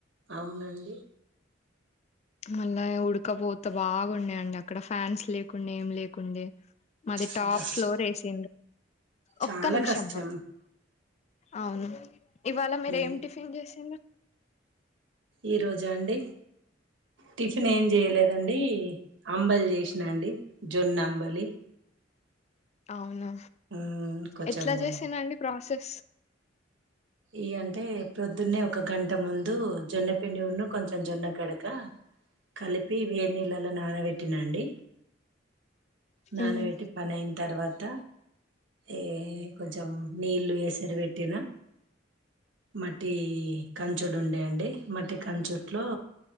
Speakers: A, on the right; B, on the left.
A: అవునండి
B: మళ్ళా ఉడకపోతే బాగున్నాయండి అక్కడ ఫ్యాన్స్ లేకుండా ఏం లేకుండే మాది
A: అబ్బా
B: టాప్ ఫ్లోర్ ఏసిు
A: చాలా
B: ఒక్క నిమిషం
A: కష్టం
B: అవును ఇవాళ మీరు
A: ఉమ్.
B: ఏం టిఫిన్ చేసిరు
A: ఈ రోజా అండి టిఫిన్ ఏం చేయలేదండి అంబలి చేసినాండి జొన్న అంబలి
B: అవును
A: ఉమ్, కొంచెము
B: ఎట్లా చేసినండి ప్రాసెస్
A: ఇ అంటే పొద్దున్నే ఒక గంట ముందు జొన్న పిండి ఉన్న కొంచెం జొన్న గడక కలిపి వే నళ్ళలో నానబెట్టినండి నానబట్టి
B: మ్మ్.
A: పని అయిన తర్వాత ఏ కొంచెం నీళ్ళు వసరి పెట్టినా మట్టి కంచుడు ఉండేయంండి మట్టి కంచోట్లో